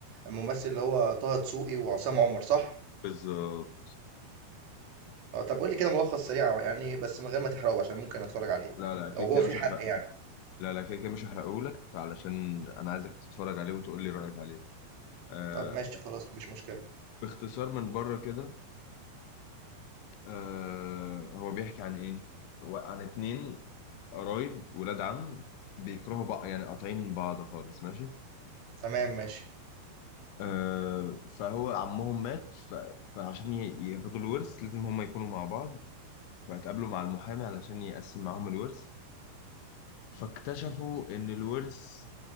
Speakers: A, on the right; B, on the left.
A: الممثل اللي هو طه دسوقي وعصام عمر صح
B: بالظبط
A: اه طب قول لي كده ملخص سريع يعني بس من غير ما تحرقه عشان ممكن اتفرج عليه
B: لا لا كده
A: لو هو
B: كده
A: في
B: مش
A: حرق
B: هحرق
A: يعني
B: لا لا كده كده مش هحرقهولك علشان انا عايزك تتفرج عليه وتقول لي رايك عليه آه
A: طب ماشي خلاص اه مفيش مشكله
B: باختصار من بره كده آه هو بيحكي عن ايه هو عن اتنين قرايب ولاد عم بيكرهوا بعض يعني قاطعين من بعض خالص ماشي
A: تمام ماشي
B: آه فهو عمهم مات ف... فعشان ي- ياخدوا الورث لازم هما يكونوا مع بعض فاتقابلوا مع المحامي علشان يقسم معاهم الورث فاكتشفوا ان الورث